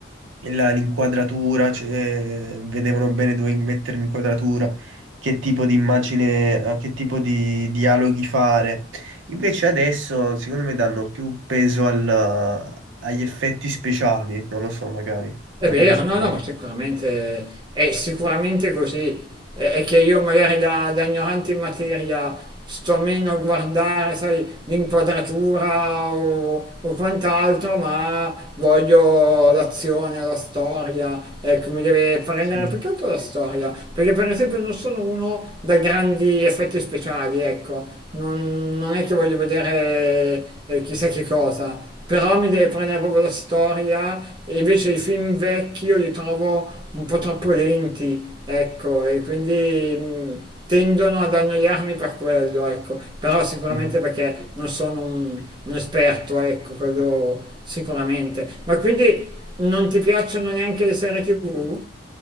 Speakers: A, on the right; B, on the right.
A: la- l'inquadratura, cioè, vedevano bene dove mettere l'inquadratura, che tipo di immagine, eh, che tipo di dialoghi fare. Invece adesso, secondo me, danno più peso al- agli effetti speciali, non lo so, magari.
B: È
A: Magari
B: vero,
A: sto-
B: no, no, ma sicuramente è sicuramente così. È, è che io magari da, da ignorante in materia sto meno a guardare, sai, l'inquadratura o, o quant'altro, ma voglio l'azione, la storia, ecco, mi deve prendere
A: sì,
B: più che altro la storia, perché per esempio non sono uno da grandi effetti speciali, ecco. Non, non è che voglio vedere eh, chissà che cosa, però mi deve prendere proprio la storia e invece i film vecchi io li trovo un po' troppo lenti, ecco, e quindi mh, tendono ad annoiarmi per quello, ecco. Però sicuramente
A: sì.
B: perché non sono un, un esperto, ecco, quello sicuramente. Ma quindi non ti piacciono neanche le serie TV?